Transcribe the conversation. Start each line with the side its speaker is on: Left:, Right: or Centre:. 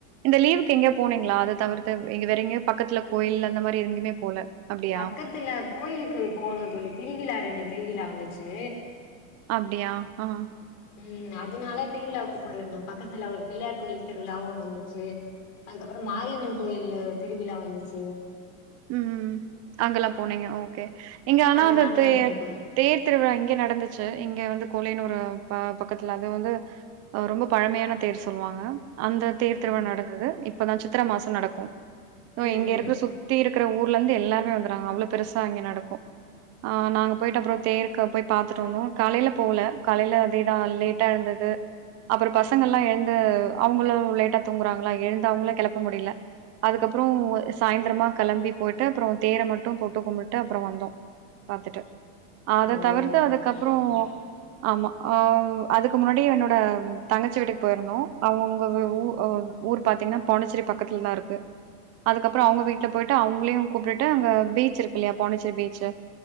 Right: இந்த லீவுக்கு எங்கேயா போனீங்களா அத தவிர்த்து இங்க வேற எங்க பக்கத்துல கோயில் அந்த மாரி எங்கயுமே போல அப்டியா?
Left: பக்கத்துல கோயிலுக்கு போனோந் தோழி திருவிழா ரெண்டு திருவிழா வந்துச்சு
Right: அப்டியா ஆஹ்
Left: உம் அதனால திருவிழாவுக்கு போயிருந்தோ பக்கத்துல ஒரு பிள்ளயார் கோயில் திருவிழாவு ஒன்னு வந்துச்சி அதுக்கப்புற மாரியம்மன் கோயில் திருவிழா வந்துச்சு
Right: உஹ்ம் அங்கல்லா போனீங்க ஓகே இங்க ஆனா
Left: அதனால
Right: அந்த தே
Left: ரெண்டு கோயில்
Right: தேர்திருவிழா இங்க நடந்துச்சி இங்க வந்து கோலியனூரு ப பக்கத்துல அது வந்து அ ரொம்ப பழமையான தேர் சொல்லுவாங்க அந்த தேர்
Left: ம்
Right: திருவிழா நடந்துது இப் இப்பதா சித்திர மாசம் நடக்கு சோ
Left: ம்
Right: இங்க இருக்குற
Left: ம்.
Right: சுத் திருக்ற ஊர்ல இருந்து எல்லாருமே வந்துருவாங்க அவ்ளோ பெருசா இங்க நடக்கு, ஆ நாங்க போயிட்டு அப்பறோ தேர்க்கு போய் பாத்துட்டு வந்தோ காலைல போவல காலையில அதேதா லேட்டா எழுந்தது அப்றோ பசங்கெல்லா எழுந்து அவங்களு லேட்டா தூங்குறாங்களா எழுந்து அவுங்கள கெளப்ப முடியல அதுக்கப்பறோ சாயந்தரமா கெளம்பி போய்ட்டு அப்பறோ தேர மட்டு தொட்டு கும்புட்டு அப்பறோ வந்தோ பாத்துட்டு அத
Left: ஓ
Right: தவிர்த்து
Left: ஓகே
Right: அதுக்கப்பறோ
Left: தோழி ஓகே
Right: ஆமா அ அதுக்கு முன்னாடி என்னோட தங்கச்சி வீட்டுக்கு போயிருந்தோ அவங்க வி
Left: ம்
Right: வு அ ஊர் பாத்தீங்னா பாண்டிச்சேரி பக்கத்லதா இருக்கு அதுக்கப்றொ அவ்ங்க
Left: ம்
Right: வீ அவ்ங்களையு கூப்டுட்டு அங்க பீச் இருக்கு இல்லையா பாண்டிச்சேரி பீச்சு